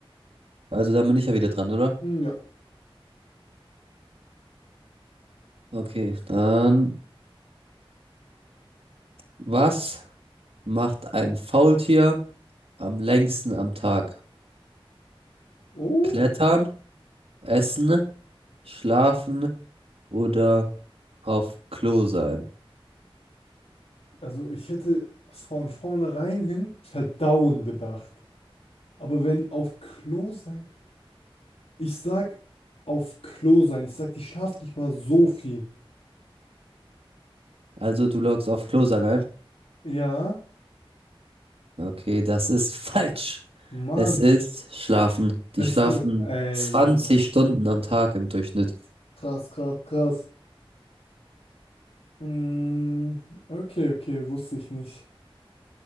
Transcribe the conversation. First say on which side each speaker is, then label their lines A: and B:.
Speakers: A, on the right (about 75°); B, on the left (about 90°).
A: Also, da bin ich ja wieder dran, oder?
B: Hm, Ja.
A: Okay, dann, was macht ein Faultier am längsten am Tag?
B: Oh,
A: Klettern, essen, schlafen oder auf Klo sein.
B: also ich hätte von vornherein hin verdauen gedacht. Aber wenn auf Klo sein, ich sag auf Klo sein, ich sag, die schlafen nicht mal so viel.
A: Also du loggst auf Klo sein ein.
B: Ja,
A: Okay, das ist <laughs> falsch.
B: Mann,
A: Es ist schlafen.
B: es
A: Die schlafen
B: dann, ey,
A: 20 Stunden am Tag im Durchschnitt.
B: krass, krass, krass. Mm, okay, okay, wusste ich nicht.